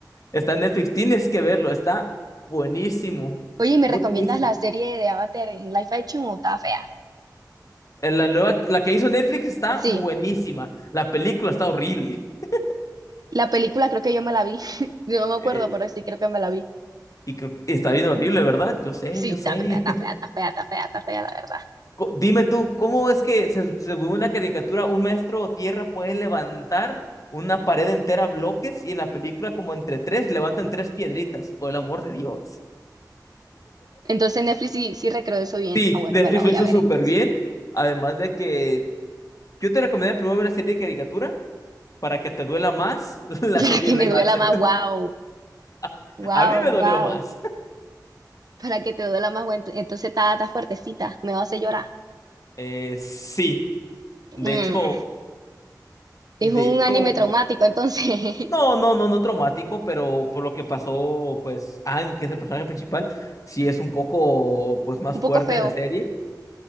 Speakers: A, on the left (about 50°); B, on the right (about 60°).
A: está en Netflix, tienes que verlo, está buenísimo,
B: Oye, ¿y ¿me
A: buenísimo.
B: recomiendas la serie de Avatar en live action o está fea?
A: Eh, La nueva, la que hizo Netflix está
B: Sí,
A: buenísima. La película está horrible. <laughs>
B: la película creo que yo me la vi. <laughs> Yo no me acuerdo,
A: Eh,
B: pero sí creo que me la vi.
A: y creo- está bien horrible, ¿verdad? Yo sé,
B: Sí,
A: yo sé.
B: está fea, está fea, está fea, está fea, está fea, la verdad.
A: Co- Dime tú, ¿cómo es que se, se según una caricatura, un maestro tierra puede levantar una pared entera a bloques y en la película como entre tres levantan tres piedritas, por el amor de Dios?
B: Entonces Netflix sí, sí recreó eso bien.
A: Sí,
B: Ah, bueno,
A: Netflix
B: me la voy
A: lo hizo
B: a ver
A: súper
B: entonces.
A: bien, además de que yo te recomendaría primero ver la serie de caricatura para que te duela más <laughs>
B: <laughs>
A: la
B: Para
A: serie
B: que
A: live
B: me duela
A: action.
B: más, wow,
A: <laughs>
B: wow,
A: A mí me
B: wow.
A: dolió más. <laughs>
B: Para que te duela más, bueno, entonces está, está fuertecita, me va a hacer llorar.
A: Eh, sí,
B: Mm,
A: de hecho,
B: Es
A: de
B: un
A: hecho,
B: anime traumático, entonces.
A: No,
B: <laughs>
A: no, no, no traumático, pero por lo que pasó, pues Aang, que es el personaje principal, sí es un poco, pues, más
B: un
A: fuerte
B: poco feo.
A: en la serie.